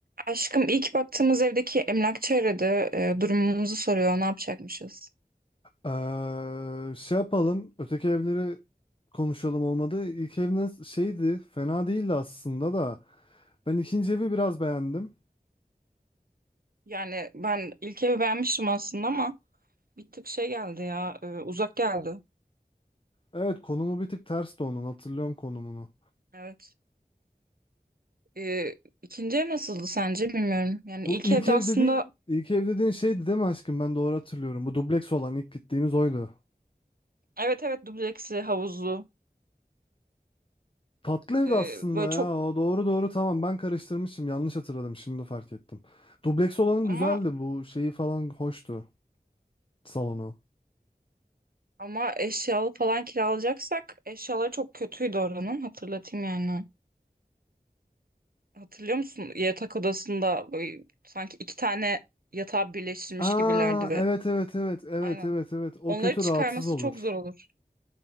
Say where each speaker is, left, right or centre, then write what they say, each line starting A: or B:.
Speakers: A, on the right (about 65°); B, on the left (about 35°).
A: Aşkım ilk baktığımız evdeki emlakçı aradı. Ee, durumumuzu soruyor. Ne yapacakmışız?
B: Ee, şey yapalım. Öteki evleri konuşalım olmadı. İlk eviniz şeydi. Fena değildi aslında da. Ben ikinci evi biraz beğendim.
A: Yani ben ilk evi beğenmiştim aslında ama bir tık şey geldi ya. e, uzak geldi.
B: Evet konumu bir tık tersti onun. Hatırlıyorum konumunu.
A: Evet. Ee, ikinci ev nasıldı sence bilmiyorum. Yani
B: Bu
A: ilk
B: ilk
A: evde
B: ev
A: aslında
B: dediğin ilk ev dediğin şeydi değil mi aşkım? Ben doğru hatırlıyorum. Bu dubleks olan ilk gittiğimiz oydu.
A: evet evet dubleksli, havuzlu.
B: Tatlı evdi
A: Ee,
B: aslında
A: böyle çok
B: ya. O doğru doğru tamam. Ben karıştırmışım. Yanlış hatırladım. Şimdi fark ettim. Dubleks olan
A: ama
B: güzeldi. Bu şeyi falan hoştu. Salonu.
A: ama eşyalı falan kiralayacaksak eşyaları çok kötüydü oranın. Hatırlatayım yani. Hatırlıyor musun? Yatak odasında böyle sanki iki tane yatağı birleştirmiş
B: Aa
A: gibilerdi ve
B: evet evet evet evet
A: Aynen.
B: evet evet o
A: Onları
B: kötü
A: çıkarması
B: rahatsız olur.
A: çok zor olur.